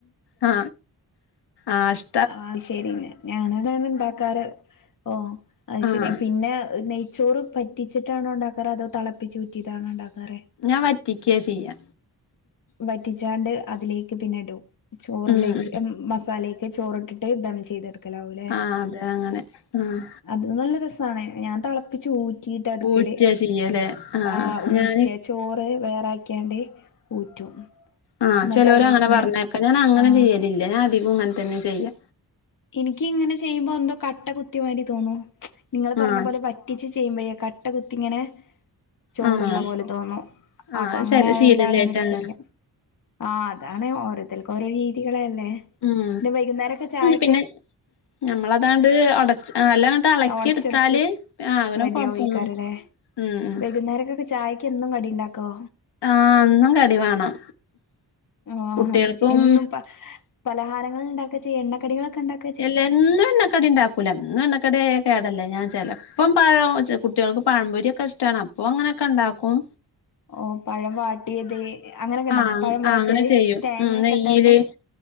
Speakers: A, on the left; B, on the left.
A: ആ ആഷ്
B: ആഹ് ശരി ഞാനാതിണ് ഇണ്ടാക്കാറ് ഓ അത്
A: ആഹ്
B: ശരി പിന്നെ നെയ് നെയ്ചോറ് പറ്റിച്ചിട്ടാണോ ഇണ്ടാക്കാറ് അതോ തിളപ്പിചൂറ്റീതാണോ ഉണ്ടാക്കാറ്
A: ഞാൻ വറ്റിക്ക ചെയ്യാ
B: വറ്റിച്ചാണ്ട് അതിലേക്ക് പിന്നെ ഇടും ചോറിലേക്ക്
A: ഉം ഉം
B: എ മസാലേക്ക് ക് ചോറിട്ടിട്ട് ദം ചെയ്തെടുക്കലാവൂലേ
A: ആഹ് അതെ അങ്ങനെ ആഹ്
B: അത് നല്ല രസാണ് ഞാൻ തളപ്പിച്ച് ഊറ്റീ റ്റടുക്കല്
A: ഊറ്റാ ചെയ്യലേ ആഹ്
B: ആ ഊറ്റ
A: ഞാന്
B: ചോറ് വേറാക്കിയാണ്ട് ഊറ്റും
A: ആഹ്
B: എന്നിട്ട്
A: ചെലോരങ്ങനെ
B: അതിലേക്ക് ഇങ്ങനെ
A: പറഞ്ഞേക്ക ഞാനങ്ങനെ
B: ആഹ്
A: ചെയ്യലില്ല ഞാൻ അധികും ഇങ്ങനെ തന്നെ ചെയ്യാ
B: എനിക്ക് ഇങ്ങനെ ചെയ്യുമ്പോ എന്തോ കട്ട കുത്തിയമാരി തോന്നും നിങ്ങൾ പറഞ്ഞ
A: ആഹ്
B: പോലെ പ റ്റിച്ച് ചെയ്യുമ്പഴേ കട്ട കുത്തി ഇങ്ങനെ ചോറ്ള്ള
A: ആഹ്
B: പോലെ തോന്നും
A: ആഹ്
B: അപ്പൊ
A: അത്
B: അങ്ങനെ
A: ചെല
B: ആയോണ്ട്
A: ശീലല്ലായിട്ടാണ്
B: അങ്ങനെ എടുക്കലില്ല ആ അതാണ് ഓരോത്തൽക്ക്‌ ഓരോ രീതികളല്ലേ
A: ഉം
B: പിന്നെ വൈകുന്നേരൊക്കെ ചായി
A: പിന്നെ നമ്മളതാണ്ട് ഉടച് നല്ലങ്ങട്ട് എളക്കിടുത്താല്
B: ഒടച്ചൊടച്ച്
A: ആ അങ്ങനെ
B: റെഡി
A: കൊഴപ്പൊന്നുല്ല
B: ആവോയ്ക്കാരല്ലേ
A: ഇം ഇം
B: വൈകുന്നേരക്കൊക്കെ ചായയ്ക്ക് എന്നും കടി ഇണ്ടാക്കോ
A: ആ എന്നും കടി വേണം
B: ആ
A: കുട്ടികൾക്കും
B: അത്എന്നും പ പലഹാരങ്ങള് ഇണ്ടാക്ക ചെയ എണ്ണക്കടികളൊക്കെ ഉണ്ടാക്ക
A: എല്ല എന്നു എണ്ണ കടിണ്ടാക്കൂല എന്നും എണ്ണക്കടിയായ കേടല്ലേ ഞാൻ ചെലപ്പം പഴോ കുട്ടിയൾക്ക് പഴംപൊരിയൊക്കെ ഇഷ് ടാണ് അപ്പൊ അങ്ങനെയൊക്കെ ഇണ്ടാക്കും
B: ഓ പഴം വാട്ടിയത്. അങ്ങനെയൊക്കെണ്ടാക്കും
A: ആഹ്
B: പഴം വാട്ടിയത്
A: ആഹ് അങ്ങനെ ചെയ്യും
B: തേങ്ങയൊക്കെ
A: ഉം നെയ്യില്
B: ഇട്ടാണ്ട്.